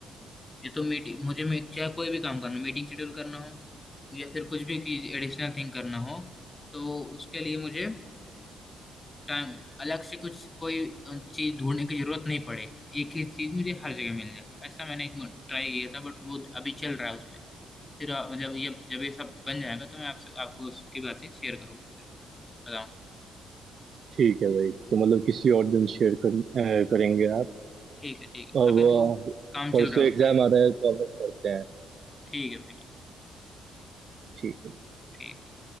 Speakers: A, on the left (about 20°); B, on the right (about 50°).
A: ये तो मीटिंग मुझे मे- चाहे कोई भी काम करना मीटिंग शेड्यूल करना हो या फिर कुछ भी एडिशनल थिंग करना हो तो उसके लिए मुझे टाइम अलग से कुछ कोई चीज ढूंढने की जरूरत नहीं पड़े एक ही चीज मुझे हर जगह मिल जाए ऐसा मैंने एक ट्राई किया था बट वो अभी चल रहा है उस पे फिर आ, जब ये जब ये सब बन जाएगा तो मैं आपसे आपको उसकी बातें शेयर करूंगा फिर बताऊंगा
B: ठीक है भाई तो मतलब किसी और दिन शेयर कर, अ, करेंगे आप
A: ठीक है ठीक है
B: अब
A: अभी
B: अ,
A: तो काम चल
B: परसों
A: रहा है
B: एग्जाम
A: उस पर
B: आ रहा है तो अब करते हैं
A: ठीक है भाई
B: ठीक है
A: ठीक है